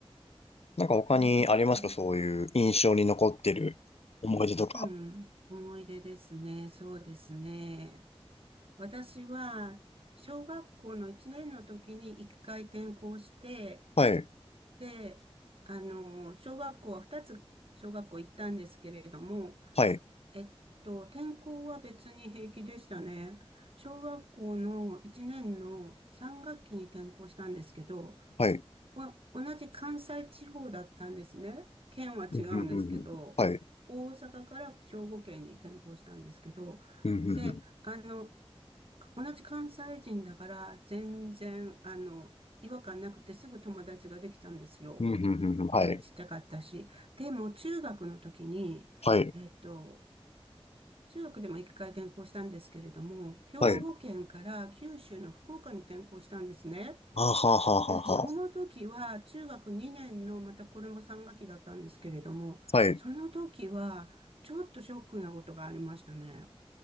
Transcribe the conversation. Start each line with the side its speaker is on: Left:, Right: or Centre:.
Left: なんか他にありますかそういう印象に残ってる思い出とか。
Right: そうですか。うん、思い出ですね。そうですね。私は、小学校の1年の時に1回転校して、
Left: はい、
Right: で、あの、小学校は2つ小学校行ったんですけれども、
Left: はい、
Right: えっと、転校は別に平気でしたね。小学校の1年の3学期に転校したんですけど、
Left: はい。
Right: ま、同じ関西地方だったんですね。県は違うんですけど、
Left: うんうんうんうんはい。
Right: 大阪から兵庫県に転校したんですけど、
Left: うんうん
Right: で、あの、同じ関西人だから、全然、あの、違和感なくてすぐ友達ができたんですよ。
Left: うんうんうんうんうんはい、
Right: まだちっちゃかったし。でも、中学の時に、
Left: はい、
Right: えっと、中学でも一回転校したんですけれども、兵庫県から九州の福岡に転校したんですね。
Left: はい。あははははは
Right: で、その時は中学2年の、またこれも3学期だったんですけれども、
Left: はい。
Right: その時はちょっとショックなことがありましたね。